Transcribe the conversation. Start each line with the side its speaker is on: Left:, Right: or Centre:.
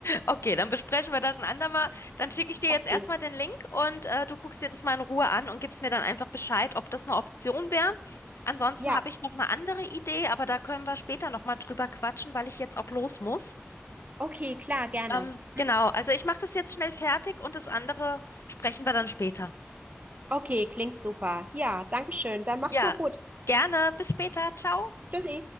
Left: Okay, dann besprechen wir das ein andermal. Dann schicke ich dir jetzt
Right: Okay.
Left: erstmal den Link und äh, du guckst dir das mal in Ruhe an und gibst mir dann einfach Bescheid, ob das eine Option wäre. Ansonsten
Right: Ja,
Left: habe ich noch eine andere Idee, aber da können wir später nochmal drüber quatschen, weil ich jetzt auch los muss.
Right: okay, klar, gerne.
Left: Ähm,
Right: Mhm.
Left: genau, also ich mache das jetzt schnell fertig und das andere sprechen wir dann später.
Right: Okay, klingt super. Ja, danke schön. Dann mach's
Left: Ja,
Right: mal gut.
Left: gerne. Bis später. Ciao.
Right: Tschüssi.